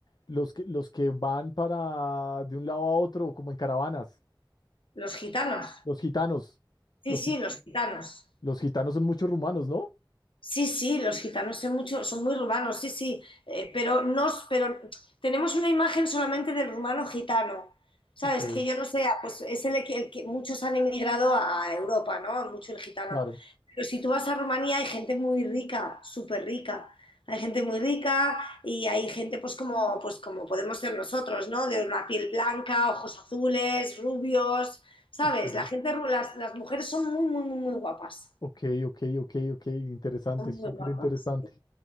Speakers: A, on the left; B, on the left.
A: los que, los que van para de un lado a otro, como en caravanas.
B: los gitanos,
A: Los gitanos.
B: sí,
A: Los,
B: sí,
A: gi-
B: los gitanos.
A: los gitanos son muchos rumanos, ¿no?
B: Sí, sí, los gitanos son mucho, son muy urbanos, sí, sí, eh, pero nos, pero tenemos una imagen solamente del rumano gitano, ¿sabes?
A: Ok,
B: Que yo no sé, ah, pues es el, que el que muchos han emigrado a Europa, ¿no? Mucho el gitano.
A: claro.
B: Pero si tú vas a Rumanía hay gente muy rica, súper rica. Hay gente muy rica y hay gente pues como, pues como podemos ser nosotros, ¿no? De una piel blanca, ojos azules, rubios, ¿sabes?
A: Ok,
B: La gente, ru- las, las mujeres son muy, muy, muy, muy guapas.
A: ok, ok, ok, ok. Interesante,
B: Son
A: súper
B: muy guapas.
A: interesante.